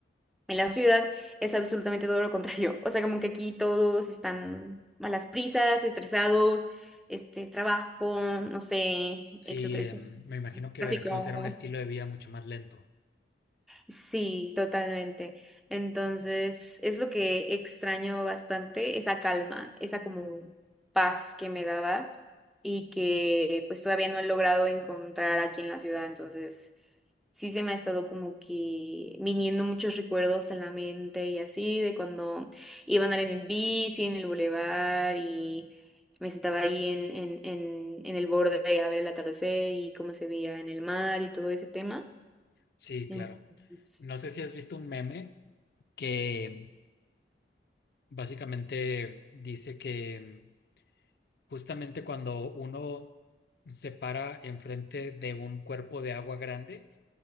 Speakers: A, in the centre; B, on the left.
A: en la ciudad es absolutamente todo lo contrario. <laughs> O sea, como que aquí todos están a las prisas, estresados, este, trabajo, no sé,
B: Sí,
A: etcétera,
B: em,
A: etcétera.
B: me imagino que
A: Tráfico.
B: Veracruz era un estilo de vida mucho más lento.
A: Sí, totalmente. Entonces, es lo que extraño bastante, esa calma, esa como paz que me daba y que pues todavía no he logrado encontrar aquí en la ciudad. Entonces, sí se me ha estado como que viniendo muchos recuerdos en la mente y así, de cuando iba a andar en el bici, en el bulevar y me sentaba ahí en, en, en, en el borde a ver el atardecer y cómo se veía en el mar y todo ese tema.
B: Sí,
A: Entonces,
B: claro. No sé si has visto un meme que Básicamente dice que mm, justamente cuando uno se para enfrente de un cuerpo de agua grande,